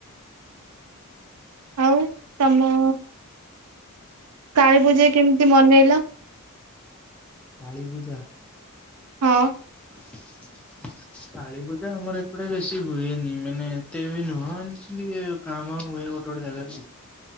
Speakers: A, on the right; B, in the centre.
A: ଆଉ, ତମ କାଳୀ ପୂଜା କେମିତି ମନେଇଲ?
B: କାଳୀପୂଜା?
A: ହଁ।
B: <unintelligible> କାଳୀ ପୂଜା ଆମର ଏପଟେ ବେଶି ହୁଏନି, ମାନେ, ଏତେ ବି ନୁହଁ ଏମିତି ଙ୍କା ଭା ହୁଏ ଗୋଟେ ଗୋଟେ ଜାଗାରେ ଆଉ।